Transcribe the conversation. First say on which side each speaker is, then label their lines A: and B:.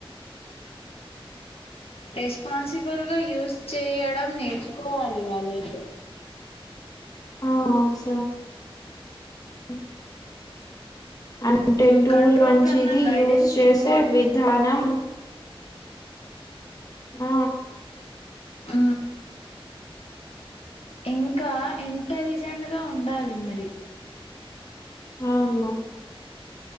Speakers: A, on the left; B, on the left.
A: రెస్పాన్సిబుల్ గా యూజ్ చేయడం నేర్చుకోవాలి వాళ్ళైతే
B: ఆ స అ అంటే
A: ఉమ్
B: టూల్
A: కంట్రోల్
B: మంచిది
A: కన్నా గైడెన్స్
B: యూస్ చేసే
A: ఇంపార్ట్
B: విధానం ఆ
A: ఆ ఇంకా ఇంటెలిజెంట్గా ఉండాలి మరి
B: అవును